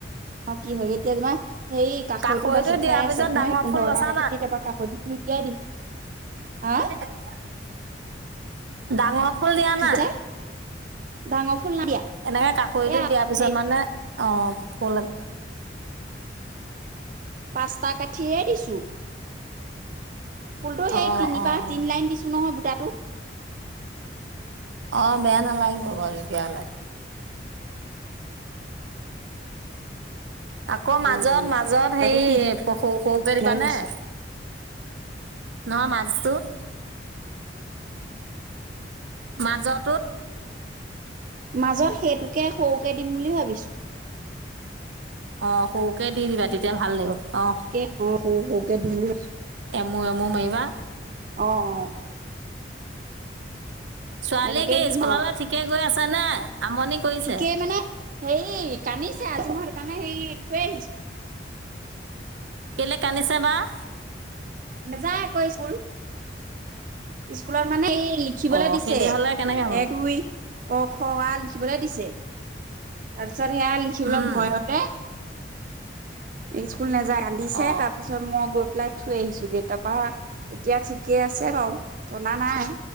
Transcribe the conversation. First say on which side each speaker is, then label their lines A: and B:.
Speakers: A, on the right; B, on the right.
A: অ' কি হয় এতিয়া তোমাৰ সেই কাষৈটো
B: কাষৰিটো
A: বাচি
B: দিয়াৰ
A: থোৱাই
B: পিছত
A: আছে
B: ডাঙৰ
A: নহয় পোন্ধৰটা
B: ফুল বচা
A: কাটি কেতিাৰপা কাষৈটো লুটিয়াই দিম।
B: ন'
A: হা
B: ডাঙৰ ফুল দিয়া
A: কি
B: না।
A: কৈছা ডাঙৰ ফুল নাইদিয়া
B: এনেকে কাাকৰিটো
A: এয়া
B: দিয়াৰ পিছত
A: সেই
B: মানে অ ফুল
A: পাস্তা কাঠিয়ে দিছো। ফুলটো সেই
B: অঁ
A: তিনিবাৰ
B: অঁ
A: তিনি লাইন দিছো নহয় বুটাটো।
B: অ বেয়া নালাগিব বাৰু তেতিয়াহলে আকৌ মাজত
A: অ', অ'।
B: মাজত
A: বুটাটো
B: সেই
A: তিনি
B: সৰু সৰুকে দিবানে
A: লাইন দিছো
B: <inaudible> নহয় মাজুত <inaudible> মাজতটো
A: মাজত সেইটোকে সৰুকে দিম বুলি ভাবিছোঁ <inaudible>
B: অ সৰুকে দি দিবা তেতিয়া ভাল লাগিব
A: <unintelligible>
B: অ এমু এমু মাৰিবা
A: অ অ
B: ছোৱালী
A: তেনেকেই
B: কি
A: দিম
B: স্কুললৈ
A: আও
B: ঠিকে গৈ আছে নে আমনি কৰিছে
A: ঠিকেই মানে হেই কান্দিছো আজি কাৰানে সেই থোৱে আহিছো <inaudible>
B: বেলেগ আনিছে বা <inaudible>
A: নাযায় আকৌ স্কুল স্কুলৰ মানে এই লিখিবলে
B: অ
A: দিছে
B: সেইদে হলে কেনেকে হ'ব
A: এক দুই ক খ অ আ লিখিবলৈ দিছে তাৰপিছত সেয়া লিখিবলৈ
B: উম
A: ভয়তে স্কুল নাযায় ৰান্ধিছে
B: অ
A: তাৰ পিছত মই প্লাই থৈ আহিছো গেই তাৰপা এতিয়া ঠিকে আছে বাৰু কনদা নাই